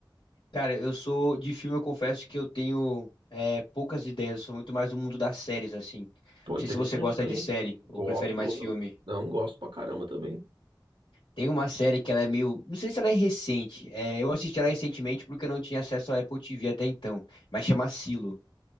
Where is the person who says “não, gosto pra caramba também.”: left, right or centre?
Right